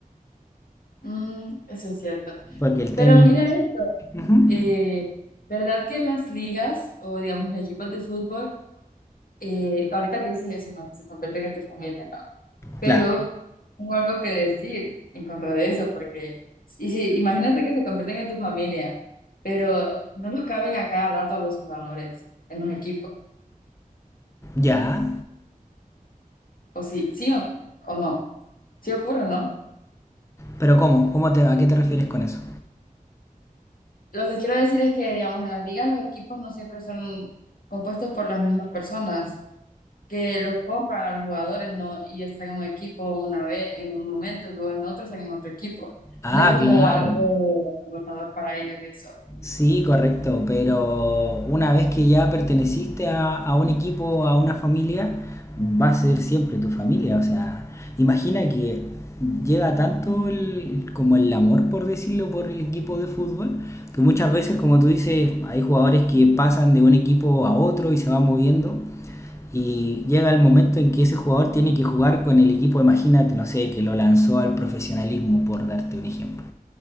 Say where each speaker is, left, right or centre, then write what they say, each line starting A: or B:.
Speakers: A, on the left; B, on the left.
A: Mm, eso es cierto.
B: Porque el tenis...
A: Pero mira esto,
B: Ujú.
A: eh, ¿verdad que en las ligas o digamos los equipos de fútbol, eh, ahorita que dices eso, ¿no? Que se convierten en tu familia, ¿no? Pero
B: Claro.
A: tengo algo que decir en contra de eso, porque, y si, imagínate que se convierten en tu familia, pero no los caben a cada rato a los jugadores en los equipos,
B: Ya.
A: o sí, sí o, o no, sí ocurre, ¿no?
B: Pero ¿cómo? ¿Cómo te, ¿A qué te refieres con eso?
A: Lo que quiero decir es que, digamos, en las ligas los equipos no siempre son compuestos por las mismas personas, que los compran a los jugadores, ¿no? Y están en un equipo una vez, en un momento, y luego en otro están en otro equipo.
B: Ah,
A: No es como
B: claro.
A: algo agotador para ellos eso.
B: Sí, correcto, pero una vez que ya perteneciste a, a un equipo, a una familia, va a ser siempre tu familia. O sea, imagina que llega tanto el, como el amor, por decirlo, por el equipo de fútbol, que muchas veces, como tú dices, hay jugadores que pasan de un equipo a otro y se van moviendo. Y llega el momento en que ese jugador tiene que jugar con el equipo, imagínate, no sé, que lo lanzó al profesionalismo, por darte un ejemplo